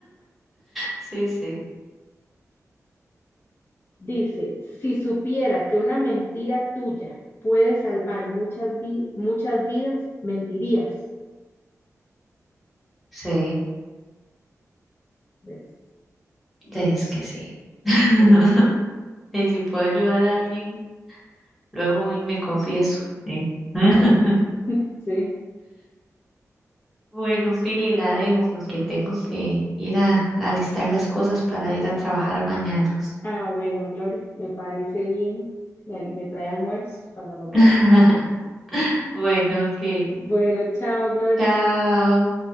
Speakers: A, in the centre; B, on the left.
A: Sí, sí.
B: Dice, si supiera que una mentira tuya puede salvar muchas, vi- muchas vidas, mentirías.
A: Sí,
B: ¿Ves?
A: es que sí. <laughs>
B: Sí,
A: Y si puedo ayudar a alguien, luego voy y me confieso. ¿eh? <laughs>
B: a ver, sí.
A: Bueno, Pili, la dejo porque tengo que ir a, a alistar las cosas para ir a trabajar mañana.
B: Ah, bueno, Glory, me parece bien. Me, me trae almuerzo cuando nos veamos.
A: <laughs> Bueno, ok.
B: Bueno, chao, Glory.
A: Chao.